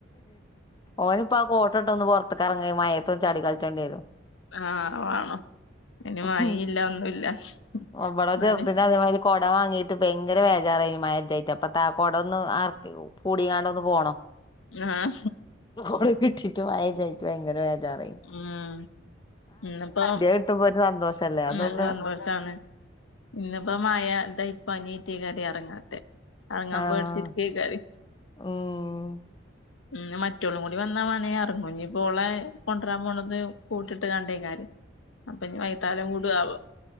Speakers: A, on the left; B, on the left.
A: ഓനി ഇപ്പ ആ കോട്ട് ഇട്ട് ഒന്ന് പോർത്തിക്ക് ഇറങ്ങി മയത്ത് ചാടി കളിച്ചേണ്ടി വെരും.
B: ആഹ് വാണം ഐന്
A: വരും
B: മയില്ല ഒന്നുമല്ല
A: ഇവിടെ
B: എന്നാല്
A: ചെറുതിന് അതേമാതിരി കൊട വാങ്ങീട്ട് ഭയങ്കര വേജാറ മഴ ഇല്ലായിട്ട് അപ്പ ത കുട ഒന്ന് ആർക്കെ കൂടിക്കാണ്ടൊന്ന് പോണം.
B: ആഹ്.
A: കൊട കിട്ടിട്ട് മയ ഇല്ലാഞ്ഞിട്ട് ഭയങ്കര വേജാറായി.
B: ഉം ഇന്നപ്പോ
A: കിട്ടുമ്പോ ഒരു സന്തോഷല്ലേ അതൊന്ന്
B: നല്ല സന്തോഷാണ് പിന്നപ്പ മായ പനീറ്റേക്കറി ഇറങ്ങാത്തെ ഇറങ്ങാൻ
A: ആഹ്
B: പേഡ്ച്ചി രികേക്കാര്
A: ഉം
B: ഉ മറ്റേള്ളും കൂടി വന്നാ വേണ ഇറങ്ങുഞ്ഞി പോളെ കൊണ്ടുവരാൻ പോണത് കോ ട്ടിട്ട് കണ്ടേക്കാര് അപ്പന്നി വൈത്താലം കൂടാവോ